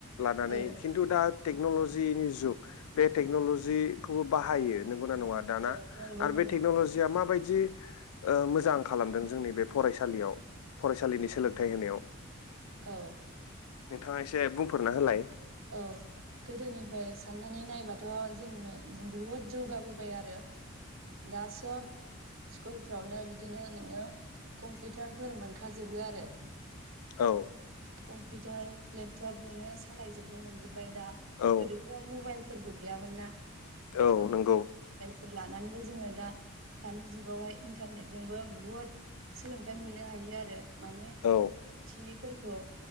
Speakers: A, on the left (about 90°); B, on the right (about 65°).
A: लानानै
B: औ
A: खिन्थु दा टेक्न'ल'जिनि जुग बे टेक्नल'जिखौबो बाहायो। नंगौना नङा दाना
B: औ नंगौ
A: आर
B: नंगौ
A: बे टेकनलिया मा बायदि। जि। मोजां खालामदों जोंनि बे फरायसालियाव फरायसालिनि सोलोंथाइ होनायाव।
B: औ।
A: नोंथाङा एसे बुंफोरना होलाय।
B: औ गोदोनिफाय साननानै नायबाथ जोंनो जों बुहुद जौगाबोबाय आरो दा सब स्कुलफ्रावनो बिदिनो नोङो कम्पिउटारफोर मोनखाजोबो आरो।
A: औ।
B: कम्पिउटार लेपटप नोङो सालाय जोबनो मोनजोब ओमफाय दा
A: औ
B: गोदोथ' मबाइल फोरबो गियामोन ना।
A: औ नोंगौ।
B: फोर लानानैबो जोङो दा दानि जुगावहाय इन्टारनेटजोंबो बुहुद सोलोंथाइ मोननो हायो आरो। माने
A: औ
B: मिथियै फोरखौ